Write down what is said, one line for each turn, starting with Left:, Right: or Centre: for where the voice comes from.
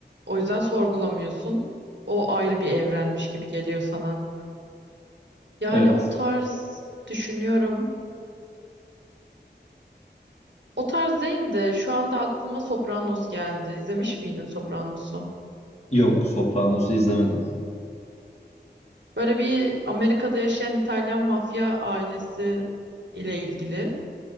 Right: O yüzden sorgulamıyorsun. O ayrı bir evrenmiş gibi geliyor sana. Yani
Left: Evet.
Right: o tarz düşünüyorum. O tarz değil de şu anda aklıma Sopranos geldi. İzlemiş miydin Sopranos'u?
Left: Yok, Sopranos'u izlemedim.
Right: Böyle bir Amerika'da yaşayan İtalyan mafya ailesi ile ilgili.